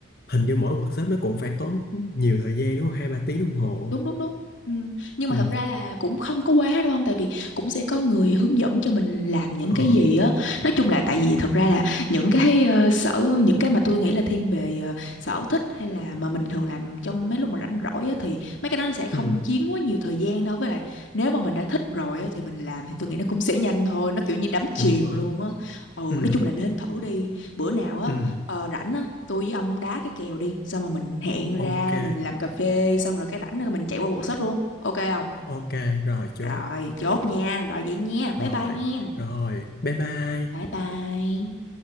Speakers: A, on the left (about 50°); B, on the left (about 75°).
A: hình như mỗi workshop nó cũng phải tốn nhiều thời gian đúng không? Hai ba tiếng đồng hồ.
B: đúng đúng đúng ừ. nhưng mà
A: Ừ,
B: thật ra là cũng không có quá đúng không tại vì cũng sẽ có người hướng dẫn cho mình làm những
A: ờ,
B: cái gì á nói chung là tại vì thật ra là những cái ờ, sở những cái mà tôi nghĩ là thiên về ờ, sở thích hay là mà mình thường làm trong mấy lúc mà rảnh rỗi á thì mấy cái đó nó sẽ không
A: ừ,
B: chiếm quá nhiều thời gian đâu với lại nếu mà mình đã thích rồi á thì mình làm thì tôi nghĩ nó cũng sẽ nhanh thôi nó kiểu như đắm chìm
A: đúng rồi.
B: luôn á ừ
A: Ừ,
B: nói chung là nên thử đi bữa nào á
A: ừ,
B: ờ, rảnh á tôi với ông đá cái kèo đi xong rồi mình hẹn
A: ok,
B: ra mình làm cà phê xong rồi cái rảnh rồi mình chạy qua quần sách luôn ok không
A: ok, rồi chốt.
B: rồi chốt nha rồi vậy nha
A: Rồi,
B: bye bye nha
A: rồi, bye bye.
B: bye bye